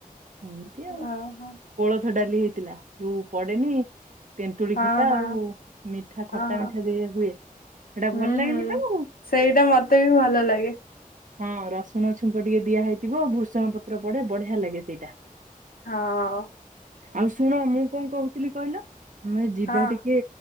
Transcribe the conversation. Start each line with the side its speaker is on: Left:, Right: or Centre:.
Right: ଏମିତି
Left: ଓହୋ
Right: ଆଉ
Left: ହଁ
Right: କୋଳଥ ଡାଲି ହେଇଥିଲା ଯୋଉ ପଡେନି ତେନ୍ତୁଳି
Left: ହଁ
Right: ଖଟା
Left: ହଁ
Right: ଆଉ ମିଠା ଖଟା ଖଟା
Left: ହଁ
Right: ମିଠା ଦିଆ ହୁଏ ସେଟା
Left: ହୁଁ
Right: ଭଲ ଲାଗେନି
Left: ହୁଁ।
Right: ତମକୁ?
Left: ସେଇଟା ମତେ ବି ଭଲ ଲାଗେ
Right: ହଁ ରସୁଣ ଛୁଙ୍କ ଟିକେ ଦିଆହଇଥିବ ଭୂସଙ୍ଗ ପତ୍ର ପଡେ ବଢିଆ ଲାଗେ ସେଇଟା।
Left: ହଁ।
Right: ଆଉ ଶୁଣ ମୁଁ କଣ କହୁଥିଲି କହିଲ ଆମେ ଯିବା
Left: ହଁ
Right: ଟିକେ